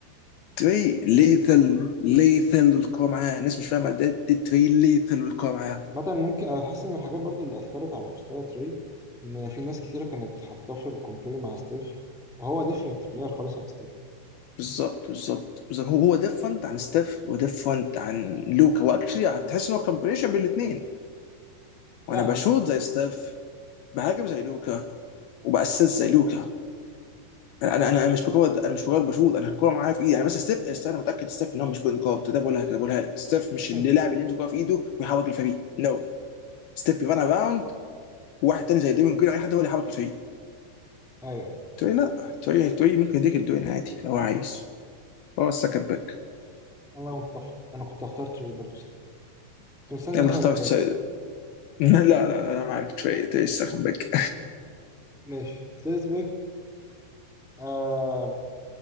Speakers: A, on the left (about 75°); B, in the centre.
A: تري ليثل ليثل والكوره معاه الناس مش فاهمه ده ده تري ليثل والكوره معاه
B: مثلا ممكن انا حاسس ان الحاجات برضو اللي اثرت على مستوى تري ان في ناس كثيره كانت حاطاه في الكومبير مع ستيف وهو ديفرنت بلاير خالص عن ستيف
A: بالظبط بالظبط بالظبط هو هو ديفرنت عن ستيف وديفرنت عن لوكا هو اكشلي هتحس ان هو كومبينيشن بين الاثنين
B: يعني
A: وانا بشوط
B: يعني
A: زي ستيف بهاجم زي لوكا وباسس زي لوكا انا انا انا مش مجرد انا مش مجرد بشوط انا الكوره معايا في ايدي يعني مثلا ستيف ستيف انا متاكد ستيف ان هو مش بوينت جارد ده بقولها كده بقولها لك ستيف مش اللاعب
B: <laughs> ايوه
A: اللي يمسك الكوره في ايده ويحرك الفريق نو no. ستيب يبان اراوند واحد تاني زي ديمون جرين او اي حد هو اللي يحرك الفريق
B: أيوة.
A: تقول لي لا تقول تقول ممكن يديك الدوين عادي لو هو عايز هو السكند باك
B: انا متفق انا كنت هختار تري برضو كنت مستني
A: يلا
B: ان احنا
A: اختار
B: نتخانق
A: تشا- <laughs> لا لا لا انا معاك تري تري السكند باك
B: ماشي سيرسبيك آه